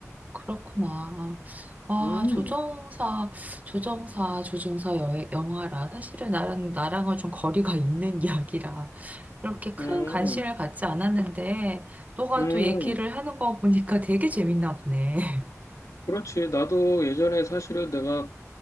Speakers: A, on the right; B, on the left.
A: 그렇구나. 아,
B: 음,
A: 조정사, 조정사, 조정사 여, 영화라. 사실은 나랑, 나랑은 좀 거리가 있는 <laughs> 이야기라. 그렇게 큰
B: 음,
A: 관심을 갖지 않았는데, 너가
B: 음.
A: 또 얘기를 하는 거 보니까 <laughs> 되게 재밌나 보네.
B: 그렇지. 나도 예전에 사실은 내가